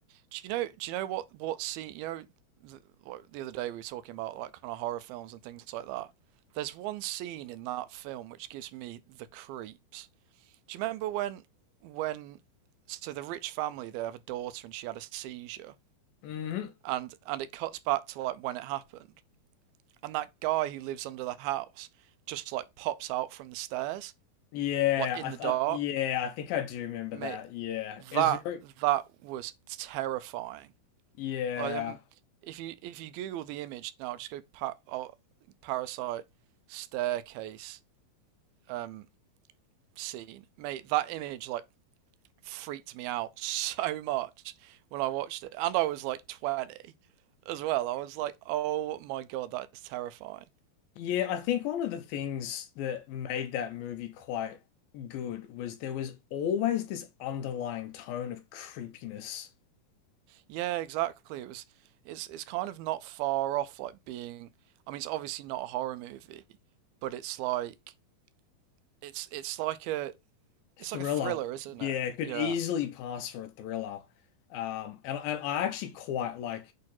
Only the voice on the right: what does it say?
do you know? Do you know what what scene? You know, the, what, the other day we were talking about like kind of horror films and things like that. There's one scene in that film which gives me the creeps. Do you remember when when so the rich family they have a daughter and she had a seizure
and and it cuts back to like when it happened and that guy who lives under the house just like pops out from the stairs
like in
the
dark
mate
that
that was terrifying.
Like, um, if you if you Google the image now, just go pa- oh, parasite staircase um, scene, mate. That image like freaked me out <laughs> so much when I watched it, and I was like twenty as well. I was like, oh my god, that is terrifying.
Yeah, exactly. It was. It's it's kind of not far off like being. I mean, it's obviously not a horror movie, but it's like it's it's like a It's
like a thriller, isn't
it?
Yeah.